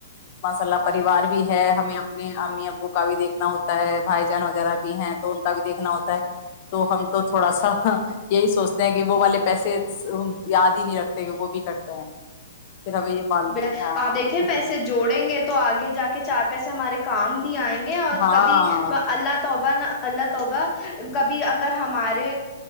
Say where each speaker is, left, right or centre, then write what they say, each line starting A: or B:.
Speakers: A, on the left; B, on the left.
A: ماشاءاللہ پریوار۔ بھی ہے ہمیں اپنے امی ابو کا بھی دیکھنا ہوتا ہے بھائی جان وغیرہ بھی ہیں تو ان کا بھی دیکھنا ہوتا ہے تو ہم تو تھوڑا سا یہی سوچتے ہیں کہ وہ والے پیسے یاد ہی نہیں رکھتے وہ بھی کرتے ہیں۔ پھر ہمیں یہ معلوم
B: اپ
A: ہے
B: دیکھیں پیسے جوڑیں گے تو اگے جاکے۔ یہ چار پیسے ہمارے کام۔ ائیں گے اور
A: ہاں
B: کبھی
A: ہاں
B: اللہ توبہ نہ۔ اللہ توبہ کبھی اگر ہمارے